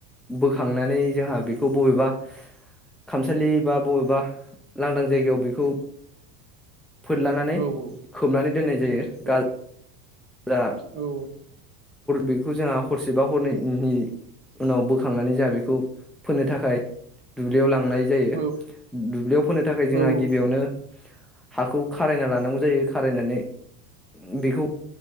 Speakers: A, in the centre; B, on the right.
A: बोखांनानै जोंहा बेखौ बबेबा खामसालि बा बबेबा लांदां जायगायाव बेखौ फोरलानानै
B: औ नंगौ नोंथां
A: खोबनानै दोननाय जायो
B: औ
A: गा जा
B: औ
A: बेखौ जोंहा हरसे बा हर नि उनाव बोखांनानै ज बेखौ फोननो थाखाय दुब्लियाव लां नाय जायो
B: औ
A: दुब्लियाव फोनो थाखाय जोंहा
B: औ
A: गिबियावनो
B: नंगौ नोंथां
A: हाखौ खारायना लानांगौ जायो खारायनानै बेखौ